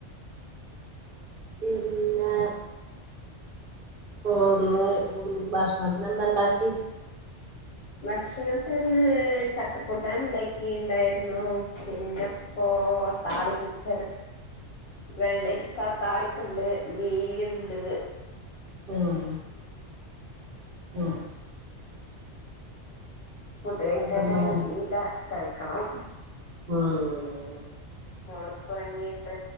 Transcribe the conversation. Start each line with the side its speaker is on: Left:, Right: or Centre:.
Right: പിന്നെ പ്പോ ന്ന് ഭക്ഷണത്തിന് എന്താ ണ്ടാക്കി?
Left: ഭക്ഷണത്തിന് ന്ന് ചക്കക്കൂട്ടാൻ ഇണ്ടാക്കിണ്ടായിര്ന്നു. പിന്നെ പോ താളിപ്പിച്ചത്. വെള്ളരിക്കാ താളിപ്പ്ണ്ട് മീന്ണ്ട്.
Right: ഉം ആഹ്
Left: ഫുഡ് കഴിക്കാൻ
Right: അതന്നെ
Left: ആരും എത്തീല്ല കഴിക്കണം.
Right: ആഹ് <unintelligible>
Left: മോള് പ്പൊ ഉറങ്ങീണ്ട്